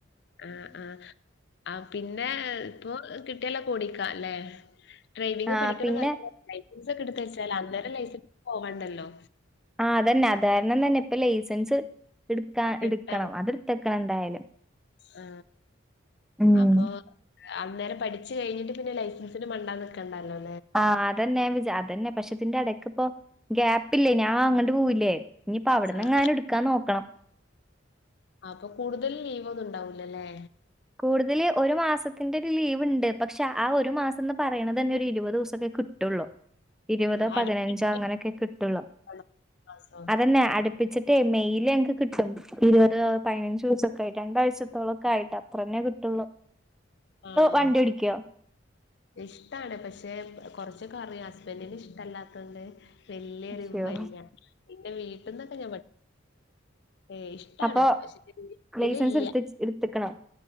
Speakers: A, on the left; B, in the centre.
A: ആഹ! ആ ആ പിന്നെ ഇപ്പൊ- കിട്ടിയാല് ഓടിക്കാ അല്ലേ ഡ്രൈവിംഗ
B: ആഹ്
A: പഠിക്കണ
B: പിന്നെ
A: നല്ലത ലൈസൻസ് ഒക്കെ എടുത്ത വച്ചാൽ അന്നേരം ലൈസൻസ് പോവാണ്ടല്ലോ.
B: ആ അതന്നെ അതാരണം തന്നെ ഇപ്പൊ ലൈസൻസ്- എടുക്കാ
A: കിട്ടാൻ
B: എടുക്കണം അത്ടുത്തക്കണം എന്തായാലും.
A: ആ
B: ഉം
A: അപ്പൊ അന്നേരം പഠിച്ചു കഴിഞ്ഞിട്ട് പിന്നെ ലൈസൻസിന് മണ്ടന്നൊക്കണ്ടല്ലോ.
B: ആഹ് അതന്നെജ അതന്നെ പക്ഷെ ഇതിന്റെ ഇടക്ക് ഇപ്പോ ഗ്യാപ്പില്ലേനി ഞാൻ അങ്ങോട്ട് പോവ്ല്ലേ ഇനിയിപ്പ അവിടന്ന്ങ്ങാനൻ
A: ആഹ്
B: എടുക്കാൻ നോക്കണം.
A: അപ്പൊ കൂടുതൽ ലീവ് ഒന്നും ഉണ്ടാവൂലല്ലേ.
B: കൂടുതൽ ഒരു മാസത്തിന്റെ ഒരു ലീവ് ഉണ്ട് പക്ഷെ ആ ഒരു മാസം എന്ന് പറയണ തന്നെ ഒരു ഇരുപത് ദിവസക്കെ- കിട്ടുള്ളൂ. ഇരുപതോ
A: ആഹ് അടുപ്പിച്ച്
B: പതിനഞ്ചോ അങ്ങനെയൊക്കെ കിട്ടുള്ളു
A: ആണോ? മാസം
B: അതെന്നെ അടു പ്പിച്ചിട്ടേ മെയിൽ ഞങ്ങക്ക് കിട്ടും ഇരുപത് പതിനഞ്ചു ദിവസൊക്കെ കഴിഞ്ഞിട്ടാണ് രണ്ടാഴ്ചത്തോളൊക്കെ ആയിട്ട അത്രന്നേ കിട്ടുള്ളൂ
A: ആണോ
B: വണ്ടി ഓടിക്കോ
A: ഇഷ്ടാണ് പക്ഷെ കൊറച്ചൊക്കെ അറിയാം ഹസ്ബന്റന് ഇഷ്ടമല്ലാത്തൊണ്ട് വലിയ
B: അശ്യോ
A: ഇമ്പല്ല നിന്റെ വീട്ടിൽന്നൊക്കെ ഞാൻ പ ഏ ഇഷ്ടാണ്
B: അപ്പൊ
A: പക്ഷ ഇട്ടില്ല
B: ലൈസൻസ് എടുത്ത് എടുത്തക്കണോ